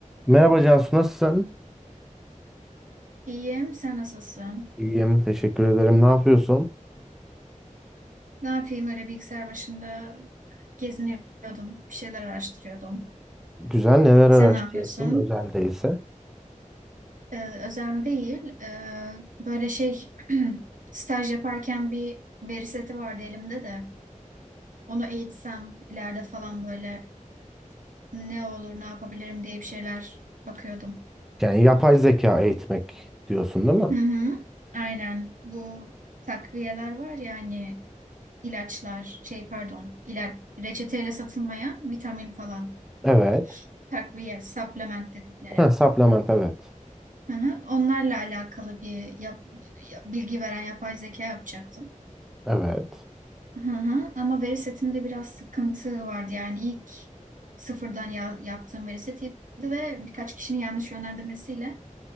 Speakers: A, in the centre; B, on the right.
A: Merhaba Cansu, nasılsın?
B: İyiyim, sen nasılsın?
A: İyiyim, teşekkür ederim. Ne yapıyorsun?
B: Ne yapayım öyle bilgisayar başında geziniyordum, bir şeyler araştırıyordum.
A: Güzel, neler
B: Sen
A: araştırıyorsun
B: ne yapıyorsun?
A: özelde ise?
B: Ee, özel mi değil, ee, böyle şey <clears throat> staj yaparken bir veri seti vardı elimde de. Onu eğitsem ileride falan böyle ne olur ne yapabilirim diye bir şeyler bakıyordum.
A: Yani yapay zeka eğitmek diyorsun değil mi?
B: Hı hı, aynen bu takviyeler var ya hani ilaçlar şey pardon ilaç reçeteyle satılmayan vitamin falan.
A: Evet.
B: takviye, supplement dedikleri.
A: Ha, supplement, evet.
B: Hı hı. Onlarla alakalı bir yap- ya- bilgi veren yapay zeka yapacaktım.
A: Evet.
B: Hı hı. Ama veri setinde biraz sıkıntı vardı. Yani ilk sıfırdan ya- yaptığım veri setiydi ve birkaç kişinin yanlış yönlendirmesiyle